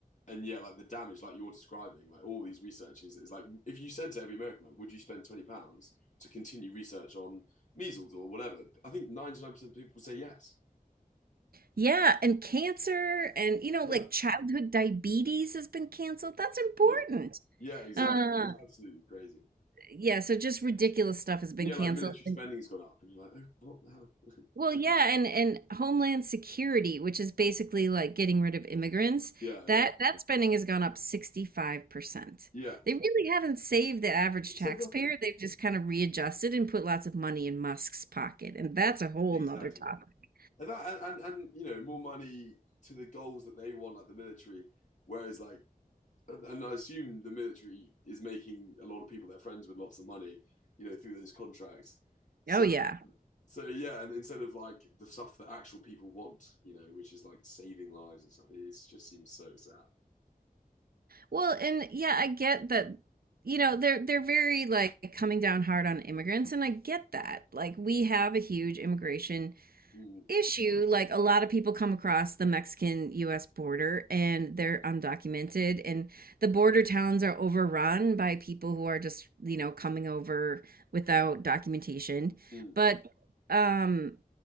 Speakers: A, on the left (about 55°); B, on the right (about 80°).
A: and yeah, like the damage, like you're describing, like all these researchers, it's like if you said to every American, like, would you spend twenty pounds to continue research on measles or whatever? I think ninety nine percent of people would say yes.
B: yeah, and cancer and, you know,
A: Yeah,
B: like childhood diabetes has been canceled. That's important.
A: yeah, yeah, exactly.
B: Uh,
A: It's absolutely crazy.
B: yeah, so just ridiculous stuff has been
A: And yeah,
B: canceled.
A: like military spending's gone up, and you're like, oh, what the hell? <laughs>
B: Well, yeah, and and Homeland Security, which is basically like getting rid of immigrants,
A: yeah, yeah,
B: that that spending has gone up 65%.
A: yeah.
B: They really haven't saved the average
A: Save
B: taxpayer.
A: nothing.
B: They've just kind of readjusted and put lots of money in Musk's pocket, and that's a whole
A: Exactly.
B: nother topic.
A: And that, and, and and you know, more money to the goals that they want, like the military. Whereas, like And, and I assume the military is making a lot of people their friends with lots of money, you know, through those contracts. So,
B: Oh yeah.
A: so yeah, and instead of like the stuff that actual people want, you know, which is like saving lives and stuff, it is- just seems so sad.
B: Well, and yeah, I get that, you know, they're they're very like coming down hard on immigrants, and I get that. Like we have a huge immigration
A: Mm,
B: issue like a lot of people come across the Mexican US border and they're undocumented and the border towns are overrun by people who are just, you know, coming over without documentation.
A: mm,
B: But um